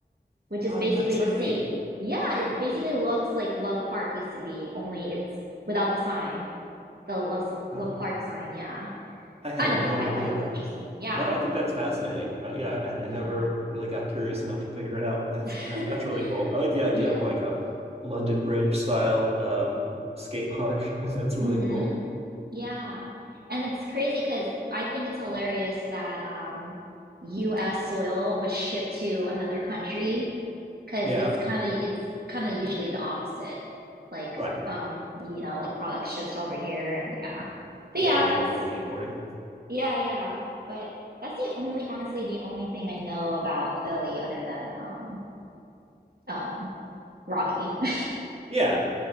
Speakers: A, on the right; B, on the right.
A: which is
B: oh,
A: basically
B: that's so
A: the same.
B: neat.
A: Yeah, it basically looks like Love Park used to be, only it's without the sign, the Love
B: Wow,
A: Love Park sign. Yeah,
B: I had
A: I don't
B: no
A: know. I
B: idea.
A: thought it was interesting. Yeah,
B: No, I think that's fascinating. Uh, yeah, I, I
A: yeah,
B: never really got curious enough to figure it out, but that's
A: <laughs>
B: yeah, that's really cool. I like the idea
A: yeah.
B: of like a London Bridge style um, skate park. <laughs> That's really
A: Mm-hmm.
B: cool.
A: Yeah, and it's crazy because I think it's hilarious that um, U.S. soil was shipped to another country because
B: Yeah,
A: it's kind of it's kind of usually the opposite, like
B: right.
A: um, you know, like products shipped over here, and yeah, but
B: Yeah,
A: yeah,
B: we're doing
A: that's.
B: more of the importing.
A: Yeah, yeah. But that's the only, honestly, the only thing I know about Philly other than um um Rocky. <laughs>
B: Yeah,